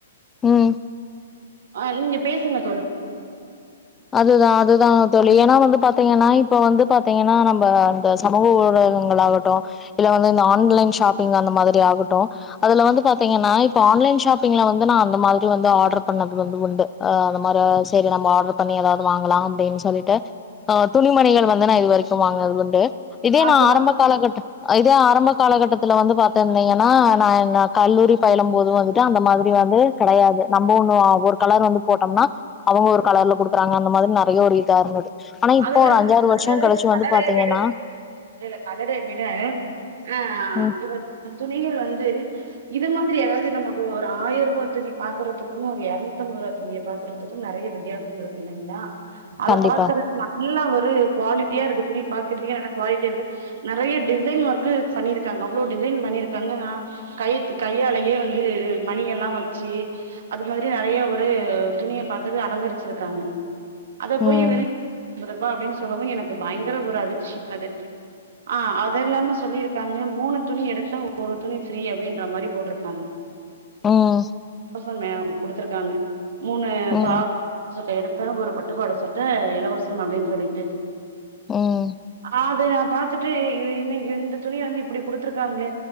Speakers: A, on the left; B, on the right.
A: உம்
B: ஆ நீங்க பேசுங்க தோ
A: அதுதான் அதுதான் தோழி ஏன்னா வந்து பாத்தீங்கன்னா இப்ப வந்து பாத்தீங்கன்னா நம்ம இந்த சமூக ஊடகங்கள் ஆகட்டும் இல்ல வந்து இந்த ஆன்லைன் ஷாப்பிங் அந்த மாரி ஆகட்டும் அதுல வந்து பாத்தீங்கன்னா இப்ப ஆன்லைன் ஷாப்பிங்ல வந்து நான் அந்த மாரி வந்து ஆர்டர் பண்ணது வந்து உண்டு ஹ் அந்த மாரி செரி நம்ம ஆர்டர் பண்ணி ஏதாவது வாங்கலாம் அப்டின்னு சொல்லிட்டு ஆ துணிமணிகள் வந்து நா இது வரைக்கும் வாங்கினது உண்டு இதே
B: ஆ
A: நான்
B: சொல்லுங்க
A: ஆரம்ப காலகட்ட இதே ஆரம்ப காலகட்டத்துல வந்து பாத்திருந்தீங்கன்னா நான கல்லூரி பயிலும் போதும் வந்துட்டு அந்த மாரி வந்து கெடையாது நம்ம ஒண்ணு் ஒரு கலர் வந்து போட்டோம்னா அவங்க ஒரு கலர்ல கொடு அறங்க அந்த மாிரிநெறைய ஒரு இதா இருந்தது இப்போ
B: அதுல்ல
A: ஒரு அஞ்சாறு வருஷோ
B: கலறு
A: கழிச்சு
B: கலற
A: வந்து பாத்தீங்கன்னா
B: விட இல்ல கலற விட ஆ
A: ம்
B: இவ துணிகள் வந்து இதமாரி ஏதாவது நம்மகு ஒரு ஆயிரூபா துணி பாக்கறதுக்கும் ஒரு இரநூத்தஐம்பது ரூபா துணியை பாக்கறதுக்கும் நெறைய வித்தியாசம் இருக்கு இல்லங்களா அத
A: கண்டிப்பா
B: பார்கற நல்லா ஒரு குவாலிட்டியா இருக்கு துணிய பாக்கறதுக்க நல்ல குவாலிட்டி இருக்கு நெறைய டிசைன் ஒர்க்க பண்ணிருக்காங்க அவ்வளவு டிசைன் பண்ணிருக்காங்க கைத்து கையாலயே வந்து மணி எல்லாம் வச்சு அது மாரி நெறைய ஒரு துணிய பாக்குறது அலங்கரிச்சிருக்காங்க அத போய்
A: ம்
B: வெ அம்பது ரூபா அப்டின்னு சொல்லவு எனக்கு பயங்கர ஒரு அதிர்ச்சியானது ஆ அது இல்லாம சொல்லியிருக்காங்க மூணு துணி எடுத்தா ஒரு துணி ஃப்ரீ அப்டின்ற மாரி போட்டிருக்காங்
A: ம்
B: <unintelligible> குடுத்துருக்காங்க மூணு
A: ம்
B: பாப் சட்ட எடுத்த ஒரு பட்டுப்பாவாட சட்ட இலவசம் ம் அப்டின்னு சொல்லிட்டு
A: ம்
B: அது நா பாத்துட்டு இன்னைக்கு இந்த துணி வந்து இப்டி குடுத்துருக்காங்களே